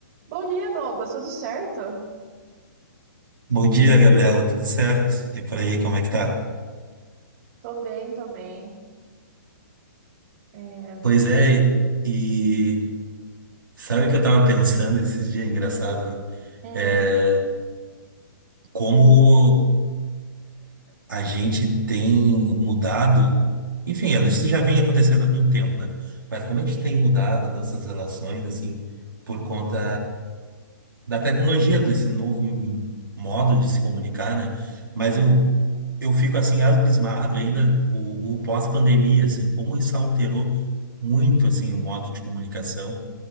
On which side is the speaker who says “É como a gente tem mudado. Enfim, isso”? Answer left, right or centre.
Right